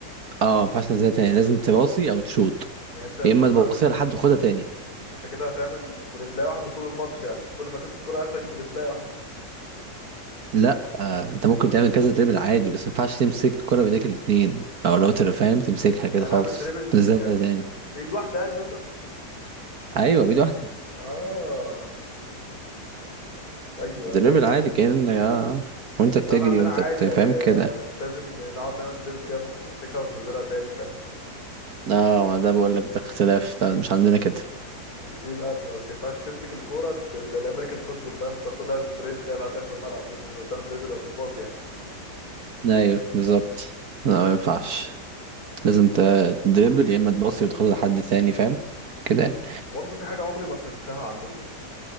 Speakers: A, on the right; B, on the left.
A: اه ما ينفعش تنزلها تاني لازم تباصي او تشوط
B: يعني انت
A: يا
B: فهتعمل
A: اما تباصيها لحد وخدها تاني
B: انت كده هتعمل دريبلاية واحدة طول الماتش يعني كل ما تمسك كرة اخرج دريبلاية واحدة
A: لا انت ممكن تعمل كذا دريبل عادي بس ما ينفعش تمسك الكرة بايديك الاتنين او لو تر- فاهم تمسكها كده
B: يعني
A: خالص
B: اعمل دريبل
A: تنزلها
B: يا-
A: تاني
B: بإيد واحدة يعني قصدك
A: ايوه بيد واحدة
B: اه ايوه
A: دريبل
B: ايوه فاهم
A: عادي كأن يا وانت
B: بس
A: بتجري
B: احنا عندنا
A: وانت
B: عادي
A: بتفهم
B: يعني آه،
A: كده
B: مش لازم نقعد نعمل دريبل كده ممكن تمسكها وتنزلها تاني فاهم
A: اه ما ده بقول لك ده اختلاف ده مش عندنا كده
B: مش دي الأزمة بس ما ينفعش تمسك الكورة ت- زي الأمريكان فوتبول فاهم تاخدها سبرنت يلا داخل الملعب لازم تبقى بتعمل دريبل أو بتباص يعني
A: ايوه بالظبط لا ما ينفعش لازم ت- تدريبل يا اما تباصي وتاخد لحد تاني فاهم كده يعني.
B: وبرضه في حاجة عمري ما فهمتها عندكم